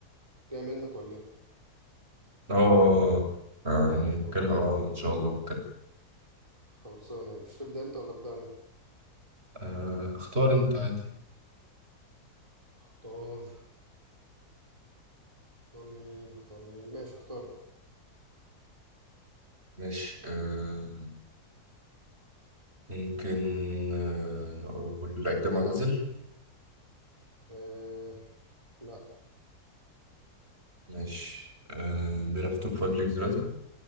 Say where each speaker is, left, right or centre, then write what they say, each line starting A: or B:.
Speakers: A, on the right; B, on the right.
A: جاي منك ولا ايه
B: اه آه، آه، اه، يعني
A: خل...
B: فاكرها اه ان شاء الله فاكرها
A: خلصانة مش تبدأ انت ولا أبدأ انا
B: آه، اختار انت عادي
A: اختار اختار مين اختار مين ماشي اختارت
B: ماشي آه ممكن آه نقول اللعيب ده معتزل
A: أه لا
B: ماشي آه بيلعب في توب فايف ليجز دلوقتي